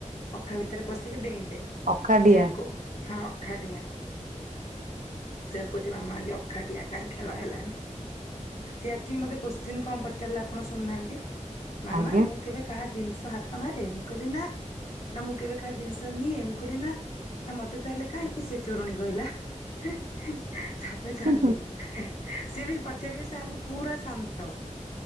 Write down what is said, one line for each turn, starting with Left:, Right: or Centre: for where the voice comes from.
Left: ଅଖା ଭିତରେ ପଶିକି ଡେଇଁବେ
Right: ଅଖାଡିଆ
Left: ସେଆକୁ ହଁ ଅଖା ଡିଆଁ। ସେଆକୁ କହୁଛି ମାମା ଆଜି ଅଖାଡିଆଁ କାହିଁ ଖେଳ ହେଲାନି? ସିଏ ଆସିକି ମତେ କୁସଚିନ୍ କଣ ପଚାରିଲା ଆପଣ ଶୁଣୁନାହାନ୍ତି ମାମା
Right: ଆଜ୍ଞା।
Left: ମୁଁ ମୁଁ କେବେ କାହା ଜିନିଷ ହାତ ମାରେ ମୁଁ କହିଲି ନା। ନା ମୁଁ କେବେ କାହା ଜିନିଷ ନିଏ ମୁଁ କହିଲି ନା। ନା ମତେ ତାହଲେ କାହିଁ ସେ ଚୋରଣୀ କହିଲା ତାପରେ କାନ୍ଦିଲା।
Right: ହୁଁ
Left: ସିଏ ବି ପଚାରିବ ସାର୍ ଙ୍କୁ ପୁରା ଶାନ୍ତ।